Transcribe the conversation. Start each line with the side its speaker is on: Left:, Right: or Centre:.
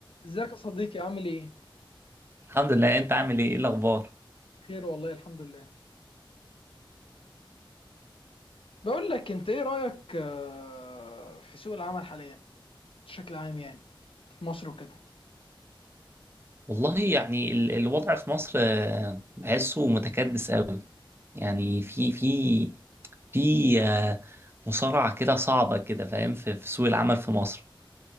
Left: ازيك يا صديقي عامل ايه؟
Right: الحمد لله انت عامل ايه ايه الاخبار
Left: خير والله الحمد لله. بقول لك انت ايه رأيك آه، في سوق العمل حاليا بشكل عام يعني في مصر وكده؟
Right: والله يعني ال- الوضع في مصر آه، بحسه متكدس قوي يعني في في في آه، مصارعة كده صعبة كده فاهم في في سوق العمل في مصر